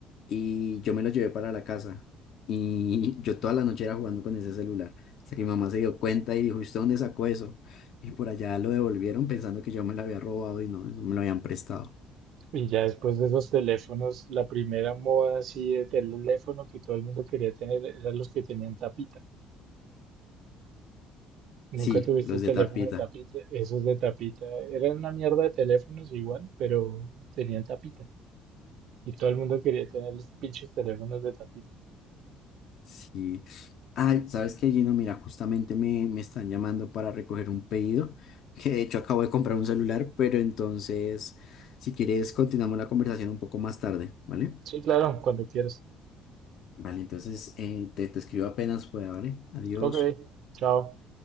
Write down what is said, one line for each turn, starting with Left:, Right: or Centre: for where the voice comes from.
Left: y yo me lo llevé para la casa y yo toda la noche era jugando con ese celular hasta que mi mamá se dio cuenta y dijo, ¿usted dónde sacó eso? Y por allá lo devolvieron pensando que yo me lo había robado y no, eso me lo habían prestado.
Right: Y ya después de esos teléfonos, la primera moda así de teléfono que todo el mundo quería tener eran los que tenían tapita. Nunca
Left: Sí,
Right: tuviste
Left: los
Right: teléfono
Left: de tapita,
Right: de tapita, esos de tapita eran una mierda de teléfonos igual, pero tenían tapita. Y todo el mundo quería tener los pinches teléfonos de tapita.
Left: sí. Ay, ¿sabes qué, Gino? Mira, justamente me, me están llamando para recoger un pedido, que de hecho acabo de comprar un celular, pero entonces, si quieres, continuamos la conversación un poco más tarde, ¿vale?
Right: Sí, claro, cuando quieras.
Left: Vale, entonces eh, te, te escribo apenas pueda, ¿vale? Adiós.
Right: Ok, chao.